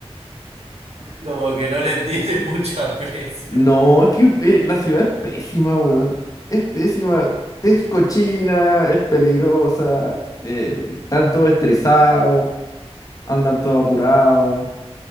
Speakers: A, on the right; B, on the left.
A: Como que no le tiene mucho aprecio.
B: No, es que pe- la ciudad es pésima, weón. Es pésima. Es cochina, es peligrosa. eh, están todos estresados, andan todos apurados.